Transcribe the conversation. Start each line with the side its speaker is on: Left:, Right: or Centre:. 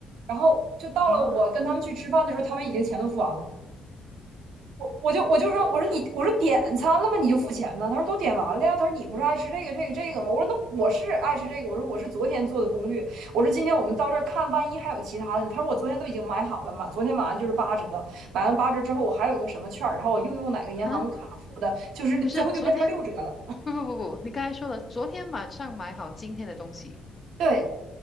Right: 然后就到了我跟他们去吃饭的时候，
Left: 啊
Right: 他们已经钱都付完了。我就我就说，我说你，我说点餐了吗？你就付钱呢？他说都点完了呀。他说你不是爱吃这个这个这个吗？我说那我是爱吃这个。我说我是昨天做的攻略。我说今天我们到这儿看，万一还有其他的呢。他说我昨天都已经买好了嘛，昨天买完就是八折，买完八折之后我还有一个什么券然后我又用哪个银行卡付的，
Left: 啊，
Right: 就是最后就变成六折了。
Left: 不是，昨天。不不不不，你刚才说了，昨天晚上买好今天的东西
Right: 对。